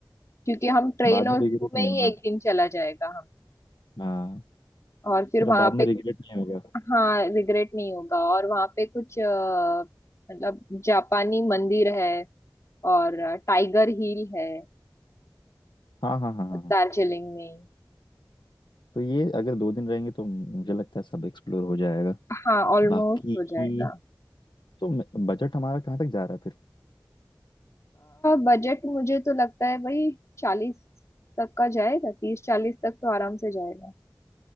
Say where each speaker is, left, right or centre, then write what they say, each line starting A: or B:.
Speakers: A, on the left (about 40°); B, on the left (about 75°).
A: क्योंकि हम ट्रेन
B: बाद
A: और
B: में रिग्रेट
A: जू में
B: नहीं
A: ही
B: होगा
A: एक दिन चला जाएगा हम
B: हाँ
A: और फिर
B: कह
A: वहां
B: रहा बाद में
A: पे
B: रिग्रेट नहीं होगा
A: हाँ रिग्रेट नहीं होगा और वहाँ पे कुछ अ, मतलब जापानी मंदिर है और टाइगर हिल है
B: हाँ हाँ हाँ हाँ हाँ
A: दार्जिलिंग में ही।
B: तो ये अगर दो दिन रहेंगे तो मुझे लगता है सब एक्सप्लोर हो जाएगा
A: हाँ ऑलमोस्ट
B: बाकी
A: हो जाएगा
B: तो बजट हमारा कहाँ तक जा रहा है फिर
A: बजट मुझे तो लगता है भाई चालीस तक का जाएगा तीस चालीस तक तो आराम से जाएगा